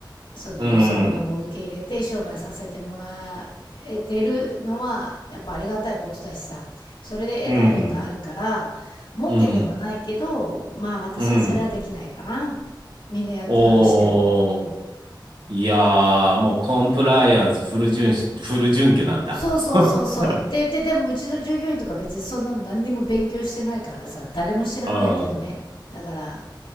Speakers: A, on the left (about 75°); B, on the right (about 70°).
A: そのよそ者を受け入れて商売させてもらえてるのはやっぱありがたいことだしさそれで得た縁があるから儲けてはないけどまあ私はそれはできないかな
B: うん、うん、うん、うん。
A: みんなやってたとしても。
B: おー、いやー、もうコンプライアンスフル遵守、フル準拠なんだ。
A: そうそうそうそう。
B: <laughs> うん、
A: って言って、でもうちの従業員とか別にそんなの何にも勉強してないからさ、誰も知らないけどね。
B: あー
A: だから、